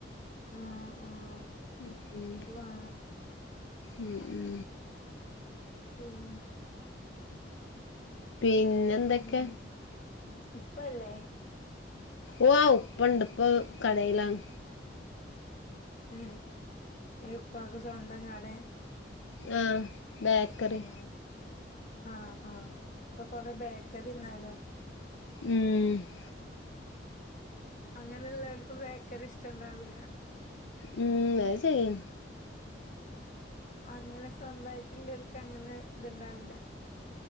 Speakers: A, on the left (about 40°); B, on the left (about 85°).
A: ആഹ് ആഹ്
B: ഉം ഉം
A: ഇത് വേണം
B: ഉം ഉം
A: ഉം
B: പിന്നെന്തൊക്കെ
A: പിന്നെ ഉപ്പല്ലേ
B: വാവ് ഉപ്പണ്ട് ഉപ്പ കടയിലാണ്
A: ഏഹ് എ ഉപ്പാക്ക് സ്വന്തം കടെ
B: ആഹ് ബേക്കറി
A: ആഹ് ആഹ് ആഹ് അപ്പൊ കൊറെ ബേക്കറിന്നാലോ
B: ഉം
A: അങ്ങനെള്ളോൽക്ക് ബേക്കറി ഇഷ്ടണ്ടാവുല
B: ഉം അത് ശരിയാ
A: അങ്ങനെ സ്വന്തായിട്ട്ല്ലോല്ക്ക് അങ്ങനെ ഇത്ണ്ടാവില്ല